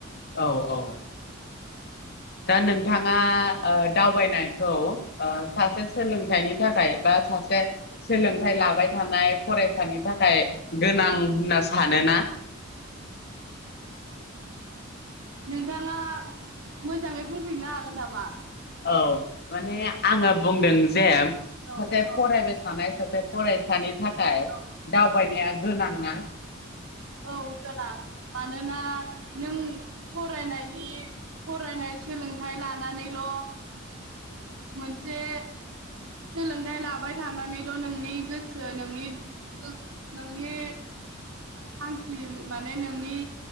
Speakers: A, on the left (about 55°); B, on the right (about 80°).
A: औ औ। दा नोंथाङा ओ दावबायनायखौ ओ सासे सोलोंथाइनि थाखाय बा सासे सोलोंथाइ लाबाय थानाय फरायसानि थाखाय गोनां होनना सानोना। <unintelligible>
B: नोंथाङा मोजाङै बुंफिननो हागोन नामा?
A: औ माने आङो बुंदों जे
B: औ
A: सासे
B: औ
A: फरायबाय थानाय सासे फरायसानि थाखाय
B: औ
A: दावबायनाया गोनां ना?
B: औ गोनां मानोना नों फरायनायनि फरायनाय सोलोंथाइ लानानैल' मोनसे सोलोंथाइ लाबाय थानानैल' नोंनि गोसो नोंनि <unintelligible> नोंनि थांखि माने नोंनि